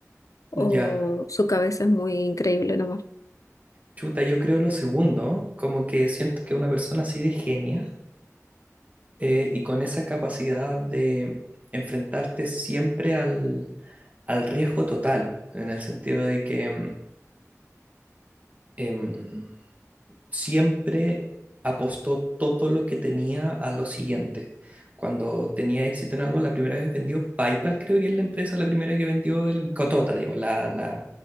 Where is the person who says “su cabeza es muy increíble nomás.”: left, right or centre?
Left